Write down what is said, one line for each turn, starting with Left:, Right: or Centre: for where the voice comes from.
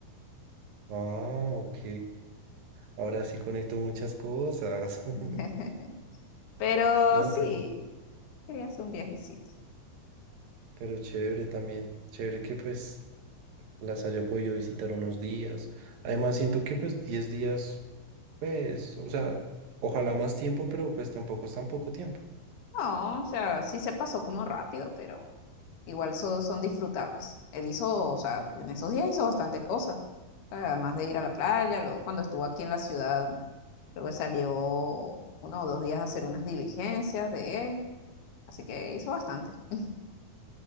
Right: Ah, ok. Ahora sí conecto muchas cosas. <laughs>
Left: <laughs> Pero
Right: No,
Left: sí,
Right: pero,
Left: Quería hacer un viajecito.
Right: pero chévere también. Chévere que pues las haya podido visitar unos días. Además, siento que pues 10 días, pues, o sea, ojalá más tiempo, pero pues tampoco es tan poco tiempo.
Left: No, o sea, sí se pasó como rápido, pero igual so- son disfrutables. Él hizo, o sea, en esos días hizo bastante cosas. O sea, Además de ir a la playa, luego cuando estuvo aquí en la ciudad, creo que salió uno o dos días a hacer unas diligencias de él. Así que hizo bastante. <laughs>